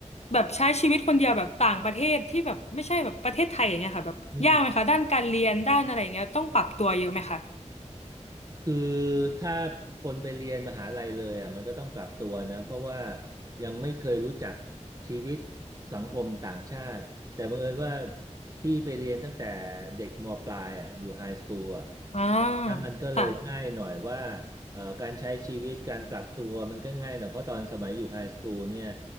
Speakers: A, on the left; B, on the right.
A: แบบใช้ชีวิตคนเดียวแบบต่างประเทศที่แบบไม่ใช่แบบประเทศไทยอย่างเงี้ยค่ะแบบยากไหมคะด้านการเรียนด้านอะไรอย่างเงี้ยต้องปรับตัวเยอะไหมคะ
B: อืม คือถ้าคนไปเรียนมหาลัยเลยอ่ะมันก็ต้องปรับตัวนะเพราะว่ายังไม่เคยรู้จักชีวิตสังคมต่างชาติแต่บังเอิญว่าพี่ไปเรียนตั้งแต่เด็กมปลายอ่ะอยู่ไฮสคูลอ่ะ
A: อ่า
B: แล้วมันก็เลยง่ายหน่อยว่า
A: ค่ะ
B: เอ่อการใช้ชีวิตการปรับตัวมันก็ง่ายหน่อยเพราะตอนสมัยอยู่ไฮสคูลเนี่ย